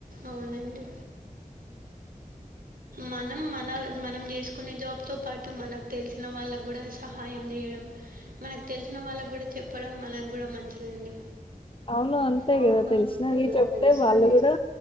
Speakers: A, on the right (about 80°); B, on the left (about 40°).
A: అవునండి మనం మన మనం చేసుకునే జాబ్తో పాటు మనకు తెలిసిన వాళ్ళకు కూడా సహాయం చేయడం మనకు తెలిసిన వాళ్ళకి కూడా చెప్పడం మనకు కూడా మంచిదండి
B: అవును అంతే
A: అవునుంటాయి
B: కదా తెలిసినది
A: కదా
B: చెప్తే
A: తె చె
B: వాళ్ళు కూడా